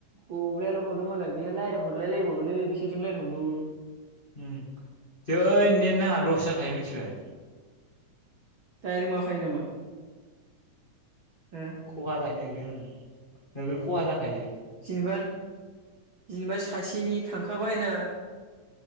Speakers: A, on the right; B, on the left.
A: गब्लायल' हरो मालाय बे रायज्लाय हरलायलायबावोलै बिसोरजों रायज्लाय हरबावो
B: उम जै नेट नाङा लस जाखायो मिथिबाय
A: दायरेक माखायो नामा हो
B: खहा जायो होगोन नोगोर खहा जाखायो
A: जेनेबा जेनेबा सासेनि थांखाबायना